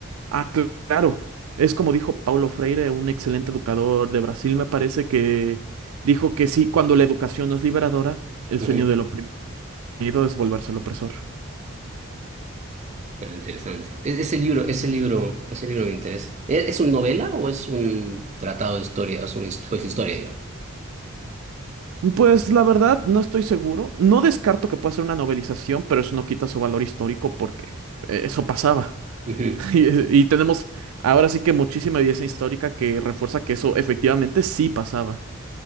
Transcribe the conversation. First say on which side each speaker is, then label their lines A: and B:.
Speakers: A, on the right; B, on the right.
A: ah, cl- claro, es como dijo Paulo Freire, un excelente educador de Brasil, me parece que dijo que sí, cuando la educación no es liberadora, el
B: Ujú.
A: sueño del oprimido es volverse el opresor.
B: Ah, Interesante. E- Ese libro, ese libro, ese libro me interesa. ¿E- ¿Es una novela o es un tratado de historia? Es una his- pues, historia,
A: Pues la verdad, no estoy seguro. No descarto que pueda ser una novelización, pero eso no quita su valor histórico porque eh, eso pasaba.
B: digamos.
A: <laughs> Y, y tenemos ahora sí que muchísima evidencia histórica que refuerza que eso efectivamente sí pasaba.